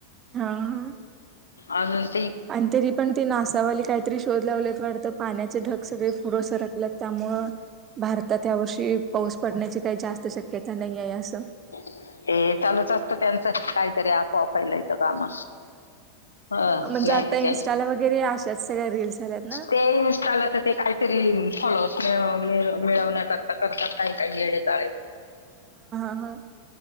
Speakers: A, on the right (about 30°); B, on the left (about 75°).
A: हा. ह....
B: आजून <inaudible>
A: आणि तरी पण ते नासावाली काहीतरी शोध लावल्यात वाटतं पाण्याचे ढग सगळे पुढे सरकल्यात त्या मग भारतात या वर्षी पाऊस पडण्याची काही जास्त शक्यता नाही आहे असं
B: <inaudible> ते चालूच असतं त्यांचं काहीतरी अफवा फेलवाच काम हं,
A: म्हणजे
B: <inaudible> नाही
A: आता
B: ते
A: इन्स्टाला
B: काय
A: वगैरे अशाच सगळ्या रील्स आल्यात ना
B: ते इन्स्टाला तर ते काहीतरी ह मिळवण्या -करता करतात काही- काही येडे चाळे
A: ह